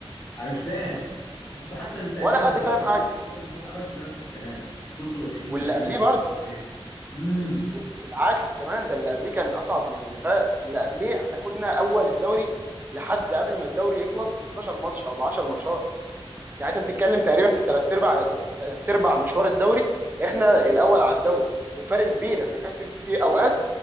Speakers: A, on the left; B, on the right.
A: انا مش فاهم انتوا حتى ال- تقريبا
B: ولا حد
A: الدو-
B: فاهم
A: الدوري
B: حاجه
A: اللي فات عملتوا نفس الكلام فضلتوا ماشيين
B: واللي
A: ماشيين
B: قبليه
A: ماشيين
B: برضه
A: كويس ماشيين امم
B: بال- و- بالعكس كمان ده اللي قبليه كان اصعب من اللي فات اللي قبليه احنا كنا اول الدوري لحد قبل ما الدوري يخلص ب 12 ماتش او ب 10 ماتشات يعني انت بتتكلم تقريبا في ثلاث ارباع ثلاث ارباع مشوار الدوري احنا الاول على الدوري وفرق كبير احنا كان في في اوقات